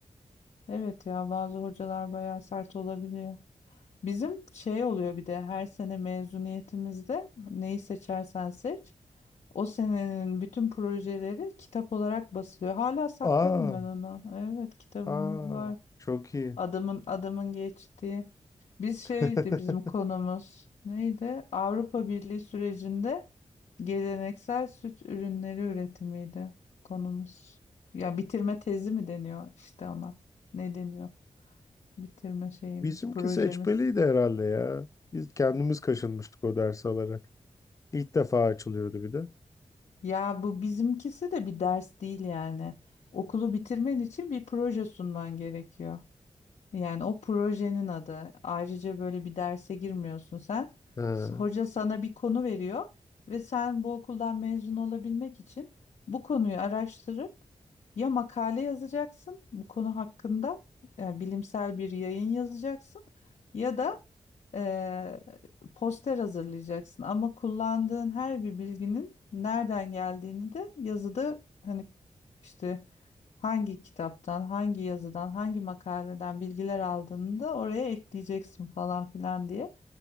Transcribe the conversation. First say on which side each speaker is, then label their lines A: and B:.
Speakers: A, on the left; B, on the left.
A: Evet ya bazı hocalar bayağı sert olabiliyor. Bizim şey oluyor bir de her sene mezuniyetimizde neyi seçersen seç. O senenin bütün projeleri kitap olarak basılıyor. Hala saklarım
B: Aa,
A: ben onu. Evet kitabımız
B: aa
A: var
B: çok iyi.
A: Adamın adamın geçtiği. Biz şeydi
B: <laughs>
A: bizim konumuz. Neydi? Avrupa Birliği sürecinde geleneksel süt ürünleri üretimiydi konumuz. Ya bitirme tezi mi deniyor işte ona? Ne deniyor? Bitirme şeyimiz,
B: Bizimki
A: projemiz.
B: seçmeliydi herhalde ya. Biz kendimiz kaşınmıştık o ders alarak. İlk defa açılıyordu bir de.
A: Ya bu bizimkisi de bir ders değil yani. Okulu bitirmen için bir proje sunman gerekiyor. Yani o projenin adı. Ayrıca böyle bir derse girmiyorsun sen.
B: Ha,
A: S- Hoca sana bir konu veriyor ve sen bu okuldan mezun olabilmek için bu konuyu araştırıp ya makale yazacaksın bu konu hakkında yani bilimsel bir yayın yazacaksın ya da eee, poster hazırlayacaksın. Ama kullandığın her bir bilginin nereden geldiğini de yazıda hani işte hangi kitaptan, hangi yazıdan, hangi makaleden bilgiler aldığını da oraya ekleyeceksin falan filan diye.